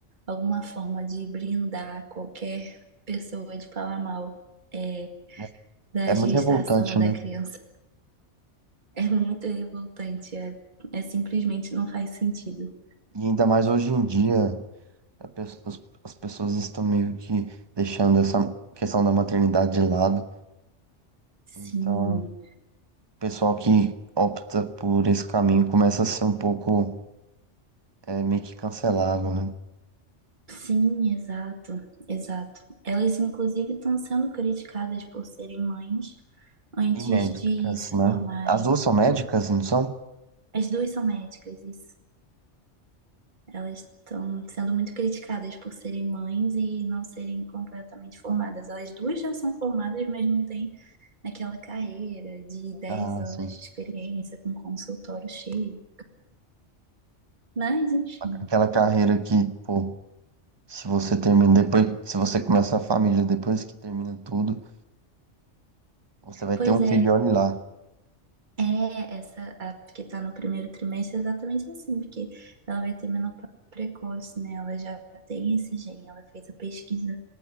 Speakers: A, on the right; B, on the right.
A: alguma forma de brindar qualquer pessoa de falar mal é,
B: é
A: da
B: é
A: gestação
B: muito revoltante,
A: da
B: né?
A: criança. É muito revoltante. É, é simplesmente não faz sentido.
B: E ainda mais hoje em dia, a pe- as as pessoas estão meio que deixando essa questão da maternidade de lado.
A: Sim,
B: Então, o pessoal que opta por esse caminho começa a ser um pouco é, meio que cancelado, né?
A: sim, exato, exato. Elas, inclusive, estão sendo criticadas por serem mães antes
B: E médicas,
A: de se
B: né?
A: formarem.
B: As duas são médicas, não são?
A: As duas são médicas, isso Elas estão sendo muito criticadas por serem mães e não serem completamente formadas. Elas duas já são formadas, mas não têm aquela carreira de dez
B: Ah,
A: anos
B: sim.
A: de experiência com consultório cheio. Mas, enfim.
B: Aquela carreira que, pô, se você termina depois, se você começa a família depois que termina tudo, você vai
A: Pois
B: ter um
A: é,
B: filho, olha lá.
A: é essa a que está no primeiro trimestre é exatamente assim, porque ela vai ter menopausa precoce, né? Ela já tem esse gene, ela fez a pesquisa.